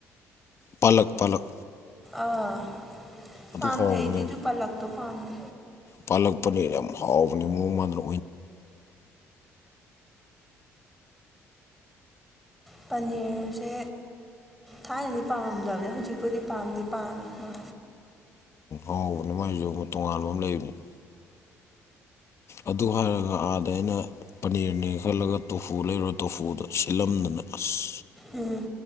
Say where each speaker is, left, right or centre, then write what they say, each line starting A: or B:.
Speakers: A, on the left (about 50°); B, in the centre.
A: ꯄꯂꯛ ꯄꯂꯛ
B: ꯑꯥ
A: ꯑꯗꯨ
B: ꯄꯥꯝꯗꯦ
A: ꯍꯥꯎꯕꯅꯦ
B: ꯑꯩꯗꯤ ꯑꯗꯨ ꯄꯜꯂꯛꯇꯣ ꯄꯥꯝꯗꯦ
A: ꯄꯥꯜꯂꯛꯄꯅꯤ ꯌꯥꯝ ꯍꯥꯎꯕꯅꯦ ꯃꯑꯣꯡ ꯃꯗ
B: ꯄꯅꯤꯔꯁꯦ ꯊꯥꯏꯅꯗꯤ ꯄꯥꯝꯃꯝꯗꯕꯅꯦ ꯍꯧꯖꯤꯛꯄꯨꯗꯤ ꯄꯥꯝꯗꯤ ꯄꯥꯝꯃꯦ ꯃꯥ
A: ꯑꯥꯎ ꯅꯨꯡꯉꯥꯏꯖꯧꯕ ꯇꯣꯉꯥꯟꯕ ꯑꯃ ꯂꯩꯕꯅꯤ ꯑꯗꯨ ꯍꯥꯏꯔꯒ ꯑꯥꯗ ꯑꯩꯅ ꯄꯅꯤꯔꯅꯦ ꯈꯜꯂꯒ ꯇꯣꯐꯨ ꯂꯩꯔꯨꯔ ꯇꯣꯐꯨꯗ ꯁꯤꯜꯂꯝꯗꯅ ꯑꯁ
B: ꯎꯝ